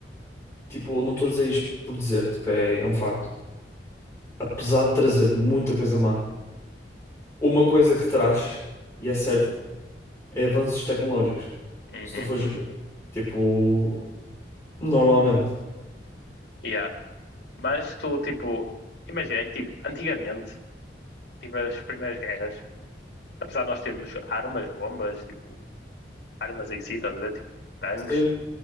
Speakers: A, on the left (about 15°); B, on the left (about 70°).
A: Tipo, não estou a dizer isto por dizer, tipo, é, é um facto. Apesar de trazer muita coisa má, uma coisa que traz, e é certa, é avanços tecnológicos.
B: Uhum.
A: Se tu fores ver, tipo, normalmente.
B: Yeah. Mas tu tipo imagina é que tipo antigamente tipo as primeiras guerras, apesar de nós termos armas, bombas, tipo armas em si, estás a ver? Tipo, tanques
A: Sim,